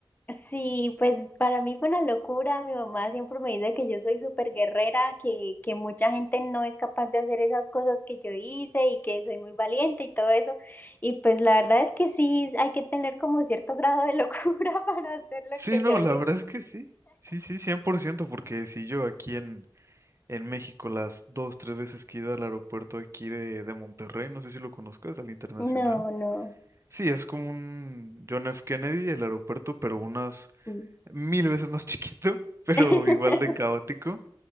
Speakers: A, on the left (about 20°); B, on the right (about 30°).
A: Sí, pues para mí fue una locura. Mi mamá siempre me dice que yo soy súper guerrera, que, que mucha gente no es capaz de hacer esas cosas que yo hice y que soy muy valiente y todo eso. Y pues la verdad es que sí, hay que tener como cierto grado de locura <laughs> para hacer lo
B: Sí,
A: que
B: no,
A: yo hice.
B: la verdad es que sí. Sí, sí, 100% porque si yo aquí en, en México las dos, tres veces que he ido al aeropuerto aquí de, de Monterrey, no sé si lo conozcas, al internacional.
A: No, no.
B: Sí, es como un John F. Kennedy, el aeropuerto, pero unas
A: Sí.
B: mil veces más <laughs> chiquito, pero
A: <laughs>
B: igual de caótico.